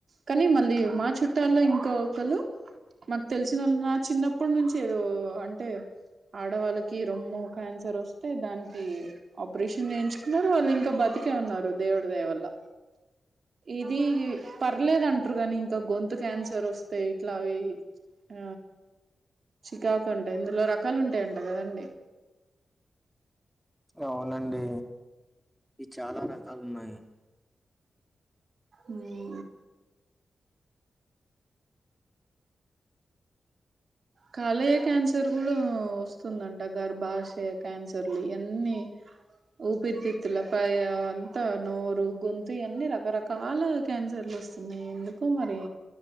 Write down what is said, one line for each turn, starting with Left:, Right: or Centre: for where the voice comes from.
Right: కనీ మళ్ళీ మా చుట్టాల్లో ఇంకా ఒకలు మాకు తెలిసిన వాళ్ళు నా చిన్నప్పటి నుంచి కి ఏదో అంటే ఆడవాళ్ళకి రొమ్ము క్యాన్సర్ వస్తే దానికి ఆపరేషన్ చేయించుకున్నారు వాళ్ళు ఇంకా బతికే ఉన్నారు దేవుడి దయవల్ల ఇదీ పర్లేదంటరు కాని ఇంకా గొంతు క్యాన్సర్ వస్తే ఇట్లావి ఆ చికాకు అంట ఇందులో రకాలుంటయంట కదండి
Centre: అవునండి ఇయి చాలా రకాలు ఉన్నాయి
Right: ఉమ్ కాలేయ క్యాన్సర్ కూడా వస్తుందంట, గర్భాశయ క్యాన్సర్లు ఇయన్నీ ఊపిరితిత్తులకు అయి అంతా నోరు, గొంతు ఇయన్నీ రకరకాల క్యాన్సర్లు వస్తున్నయి ఎందుకో మరి.